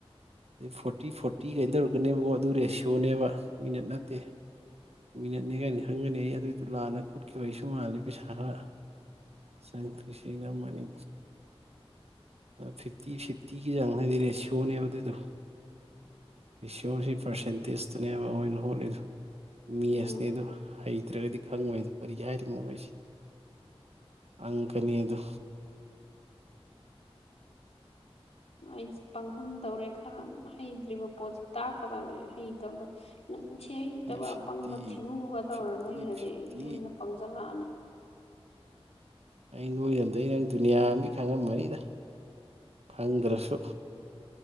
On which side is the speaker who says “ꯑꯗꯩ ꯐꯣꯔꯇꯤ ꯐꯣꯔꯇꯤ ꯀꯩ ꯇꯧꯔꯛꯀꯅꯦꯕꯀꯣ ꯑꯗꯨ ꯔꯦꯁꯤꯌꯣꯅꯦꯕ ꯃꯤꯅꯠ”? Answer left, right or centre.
Right